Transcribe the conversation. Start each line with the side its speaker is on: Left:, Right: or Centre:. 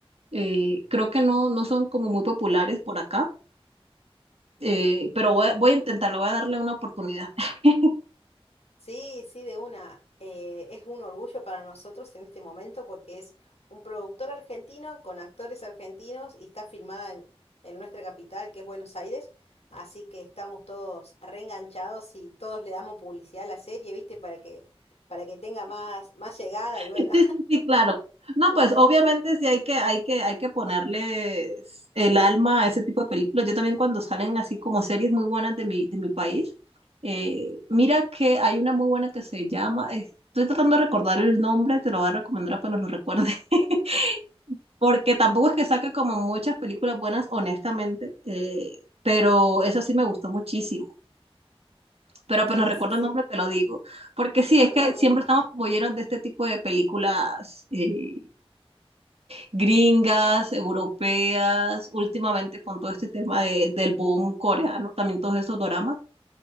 Right: eh, creo que no, no son como muy populares por acá, eh, pero voy, a- voy a intentarlo, voy a darle una oportunidad. <laughs>
Left: Sí, sí, de una. Eh, es un orgullo para nosotros en este momento porque es un productor argentino con actores argentinos y está filmada en, en nuestra capital, que es Buenos Aires. Así que estamos todos reenganchados y todos le damos publicidad a la serie, ¿viste? Para que, para que tenga más, más llegada y bueno.
Right: Sí, sí, sí, claro. No,
Left: <laughs>
Right: pues obviamente sí hay que, hay que, hay que ponerles el alma a ese tipo de películas. Yo también cuando salen así como series muy buenas de mi, de mi país, eh, mira que hay una muy buena que se llama, estoy tratando de recordar el nombre, te lo voy a recomendar apenas lo recuerde, <laughs> porque tampoco es que saca como muchas películas buenas, honestamente, eh, pero eso sí me gustó muchísimo pero apenas
Left: Sí,
Right: recuerdo
Left: sí, sí,
Right: el nombre te lo digo. Porque sí,
Left: totalmente.
Right: es que siempre estamos como llenos de este tipo de películas eh, gringas, europeas, últimamente con todo este tema de- del boom coreano, también todos esos doramas,